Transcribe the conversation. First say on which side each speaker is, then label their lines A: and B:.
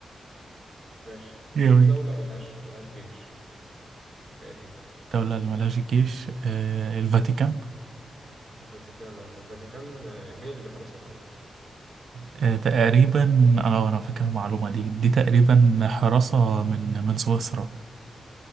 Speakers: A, on the right; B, on the right.
A: ماشي
B: جميل
A: في دولة ملهاش ملهاش جيش ايه هي
B: دولة اللي ملهاش جيش آه، الفاتيكان
A: الفاتيكان اه طب الفاتيكان آه، مين اللي بيحرسها طيب
B: آه، تقريبا اه انا فاكر المعلومة دي دي تقريبا حراسة من من سويسرا